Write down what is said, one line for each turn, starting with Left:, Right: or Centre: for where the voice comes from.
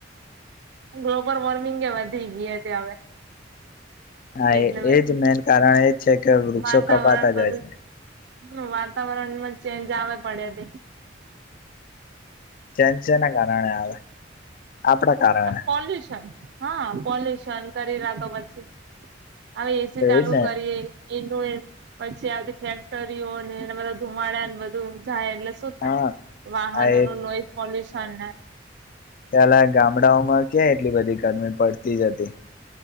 Right: ગ્લોબલ વોર્મિંગ એ વધી ગઈ હતી હવે.
Left: હા
Right: એટલે
Left: એ એજ
Right: પછી
Left: મેન કારણ એ છે કે વૃક્ષો
Right: વાતાવરણ
Left: કપાતા
Right: બધું.
Left: જાય છે
Right: હમ્મ વાતાવરણમાં ચેન્જ આવે પડે હતી.
Left: ચેન્જ સેના કરનાણે આવે. આપડા કારણે
Right: પોલ્યુશન હા પોલ્યુશન કરી રહ્યાતો પછી. હવે એસી
Left: તો
Right: ચાલુ
Left: એજ ને
Right: કરીએ. એનું પછી આવતી ફેક્ટરીઓને એના બધા ધુમાડાને બધું. જાય એટલે શું થાય,
Left: હા
Right: વાહનો
Left: આ
Right: ન નોઈઝ પોલ્યુશન ને.
Left: ત્યાલા ગામડાઓમાં ક્યા એટલી બધી ગરમી પડતી જ હતી.